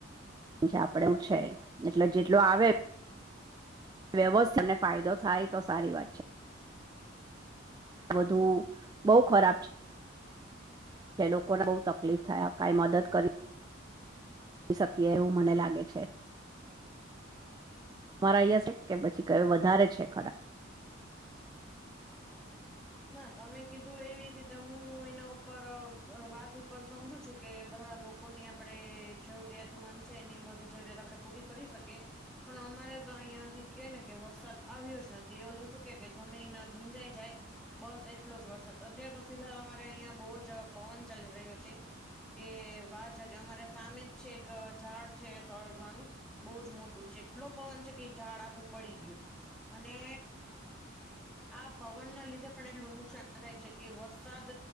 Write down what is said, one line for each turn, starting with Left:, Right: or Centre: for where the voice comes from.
Right: આપડે એવ છે એટલે જેટલું આવે. વ્યવસ્થત અને ફાયદો થાય તો સારી વાત છે બધું બઉ ખરાબ છે. એ લોકોને બહુ તકલીફ થયા કઈ મદદ કરી આપ શકીએ એવું મને લાગે છે. મારા અહીં છે કે પછી કયું વધારે છે ખરાબ
Centre: ના તમે કીધું એવી રીતે હું એના ઉપર વાત ઉપર સમજુ છું કે બધા લોકો લોકોની આપણે જરૂરિયાતમંદ છે એની બધી જરૂરિયાત આપણે પૂરી કરી શકીએ પણ અમારે તો અહીયા હજી કે ને કે વરસાદ આવ્યો જ નથી એલું શું કે કે જમીન ભીંજાઈ જાય બસ એટલો જ વરસાદ અત્યારે તો ફિહાલ અમારે અહિયાં બહુ જ પવન ચાલી રહ્યો છે. કે વા જાજો અમારે સામે જ છે એક ઝાડ છે સરગવાનું બહુજ મોટું છે એટલો પવન છે કે ઝાડ આખું પડી ગયું અને આ પવનના લીધે પણ એટલું નુકસાન થાય છે કે વરસાદ